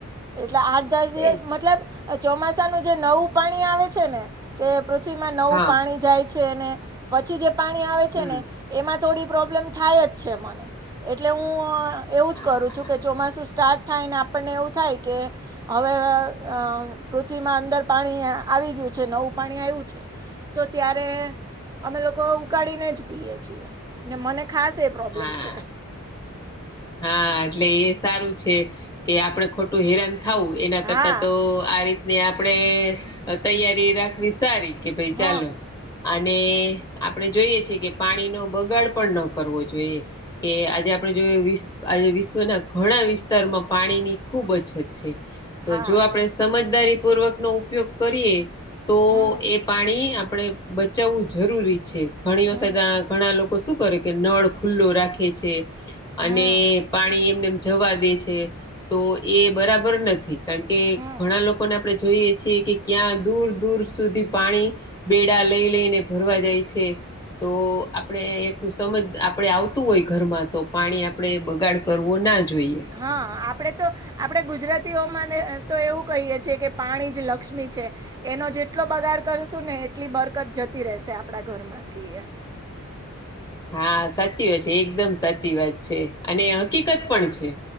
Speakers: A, on the right; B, on the left.
A: એટલે આઠ દસ દિવસ
B: એજ
A: મતલબ ચોમાસાનુંું જે નવું પાણી આવે છેને. કે પૃથ્વીમાં નવું
B: હા
A: પાણી જાય છે ને પછી જે પાણી આવે છેને.
B: હમ
A: એમાં થોડી પ્રોબ્લેમ થાય જ છે મને એટલે હું એવું
B: હા
A: જ કરું છું કે ચોમાસુ સ્ટાર્ટ થાય ને આપણને એવું થાય કે હવે અ પૃથ્વીમાં અંદર પાણી આવી ગયું છે નવું પાણી આવ્યું છે. તો ત્યારે અમે લોકો ઉકાળીને જ પીએ છીએ ને મને ખાસ એ પ્રોબ્લેમ
B: હા
A: છે.
B: હા એટલે એ સારું છે કે આપણે ખોટું હેરાન થાવું એના કરતા
A: હા
B: તો આ રીતને આપડે અ તૈયારી રાખવી સારી કે ભાઈ
A: હ
B: ચાલો અને આપણે જોઈએ છેએ કે પાણીનો બગાડ પણ ન કરવો જોઈએ. કે આજે આપડે જોય વીસ આજે વિશ્વના ઘણા વિસ્તારમાં પાણીની ખૂબ અછત છે તો
A: હા
B: જો આપણે સમજદારી પૂર્વકનો ઉપયોગ કરીએ તો
A: હમ
B: એ પાણી આપણે બચાવવું જરૂરી છે ઘણી વખત
A: હમ
B: આ ઘણા લોકો શું કરે કે નળ ખુલ્લો રાખે છે.
A: હમ
B: અને પાણી એમને એમ જવા દે છે તો એ બરાબર નથી. કાકે
A: હમ
B: ઘણા લોકોને આપણે જોઈએ છીએ કે કયાં દૂર દૂર સુધી પાણી બેડા લઈ લઈને ભરવા જાય છે. તો આપણે એટલું સમજ આપડે આવતું હોય ઘરમાં તો પાણી આપણે બગાડ કરવો ના જોઈએ.
A: હા આપડે તો આપણેે ગુજરાતીઓ માને તો એવું કહીએ છીએ કે પાણી જ લક્ષ્મી છે. એનો જેટલો બગાડ કરશું ને એટલી બરકત જતી રહેશે આપણા ઘરમાંથી એ
B: હા સાચી વાત છે એકદમ સાચી વાત છે અને હકીકત પણ છે.